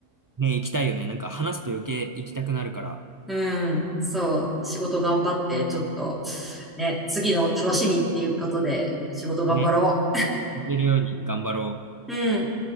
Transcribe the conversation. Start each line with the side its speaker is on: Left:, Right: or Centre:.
Right: ね、行きたいよね。なんか話すと余計行きたくなるから、
Centre: <laughs> うん。そう。仕事頑張って、ちょっと、ね、次の楽しみっていうことで、仕事頑張ろ
Right: ね、行けるように頑張ろう。
Centre: う。うん。